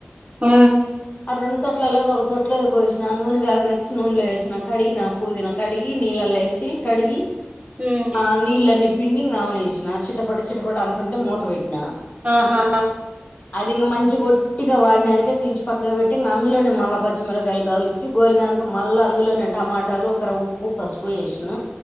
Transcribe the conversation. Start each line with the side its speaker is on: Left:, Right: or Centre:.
Right: హ
Left: రెండు తొట్లలోది ఒక తొట్లో పోసిన నూనె కాగా నచ్చి నూనె వసిన కడిగిన పూదిన కడిగి నీళ్ళ కసిి కడిగి
Right: ఉమ్
Left: ఆ నీళ్ళీ పిండి కామని వసిన చిట్టపట చిట్టపట అంటుంటే మూత పెట్టి
Right: ఆహా
Left: అదింగ మంచించి కొట్టిగా వాడినాక తీసి పక్క పెట్టిక అందులోనే మల్ల పచ్చిమిరకాయలు కావులు ఇచ్చి గోలినాక మల్ా అందులోని టమాటాలు ఒకరు ఉప్పు పసుపు వేసిన